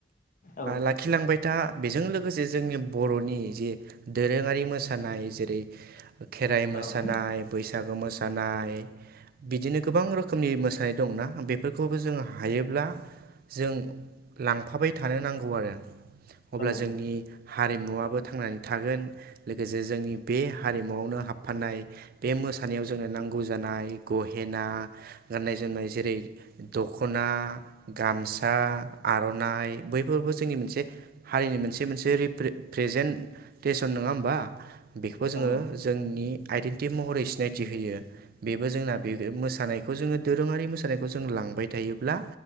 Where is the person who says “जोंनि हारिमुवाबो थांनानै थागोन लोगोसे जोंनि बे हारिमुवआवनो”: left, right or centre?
Right